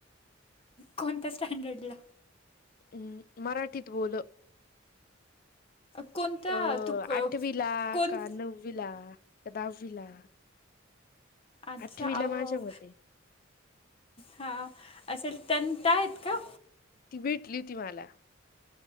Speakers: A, on the left; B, on the left.
A: कोणत्या स्टँडर्डला?
B: हं मराठीत बोल
A: कोणता
B: अ
A: तू क-
B: आठवीला
A: कोण
B: का, नववीला का, दहावीला,
A: अच्छा,
B: आठवीला
A: आउ
B: माझ्या
A: आऊ
B: मते
A: हां असेल तं त्या आहेत का?
B: ती भेटली होती मला